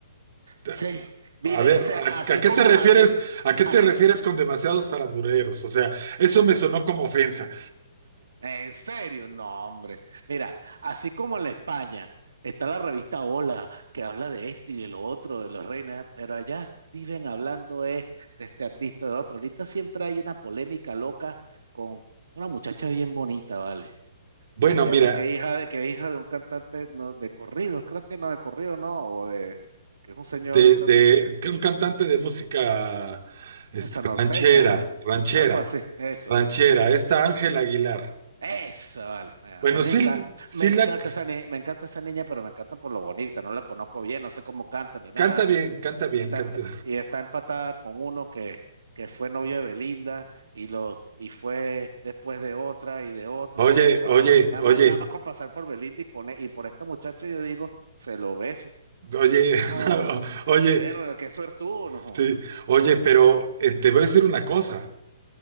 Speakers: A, on the right; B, on the right.
A: te-
B: Sí, vive,
A: a ver,
B: o sea, así
A: ¿a, a qué
B: como,
A: te refieres?
B: así,
A: ¿A qué
B: así
A: te refieres con demasiados farandureros? O sea, eso me sonó como ofensa.
B: ¿En serio? No, hombre. Mira, así como en la España está la revista Hola, que habla de esto y de lo otro, de los reinas, pero allá viven hablando eh, de este artista, de otro. Ahorita siempre hay una polémica loca con una muchacha bien bonita, ¿vale?
A: Bueno,
B: Se llama,
A: mira.
B: que hija de, que hija de un cantante no, de corridos, creo que no, de corrido no, o de, que es un señor
A: de,
B: también,
A: de que un cantante de música este,
B: esa norteña,
A: ranchera, ranchera,
B: algo así, eso,
A: ranchera,
B: eso.
A: esta Ángel Aguilar.
B: Eso, vale. Bueno,
A: Bueno,
B: A mí
A: sí,
B: me encanta,
A: sí
B: me encanta
A: la
B: esa ni- me encanta esa niña, pero me encanta por lo bonita. No la conozco bien, no sé cómo canta ni nada.
A: canta bien, canta bien,
B: Y está,
A: canta.
B: emp- y está empatada con uno que, que fue novio de Belinda y lo, y fue después de otra y de otra.
A: Oye,
B: Y yo, wow,
A: oye,
B: nada
A: oye,
B: más, nada más con pasar por Belinda y con e- y por este muchacho yo digo, se lo beso.
A: oye,
B: No joda.
A: <laughs> oye,
B: verga, qué suertudo, no joda.
A: sí, oye, pero eh, te voy a decir una cosa,